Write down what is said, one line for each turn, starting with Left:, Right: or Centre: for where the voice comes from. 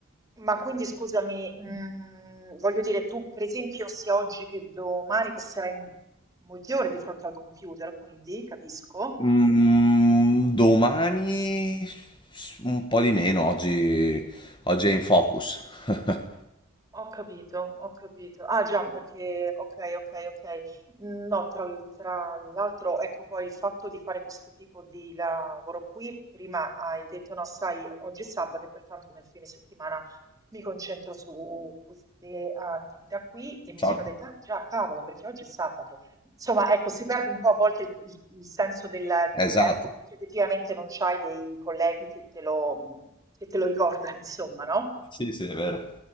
Right: ma quindi scusami, mm, voglio dire, tu per esempio sia oggi che domani passerai m- molte ore di fronte al computer, quindi capisco.
Left: Mm, domani s- un po' di meno, oggi, oggi è in focus. <laughs>
Right: Ho capito, ho capito. Ah già, perché ok, ok, ok. No, tra, tra l'altro, ecco poi il fatto di fare questo tipo di lavoro qui, prima hai detto no, sai, oggi è sabato e pertanto nel fine settimana mi concentro su queste attività qui e mi
Left: Ciao.
Right: sono detta, ah già, cavolo, perché oggi è sabato. Insomma, ecco, si perde un po' a volte il, il- il senso del, del
Left: Esatto.
Right: tempo perché effettivamente non c'hai dei colleghi che te lo, che te lo ricordano, <laughs> insomma, no?
Left: Sì, sì, è vero.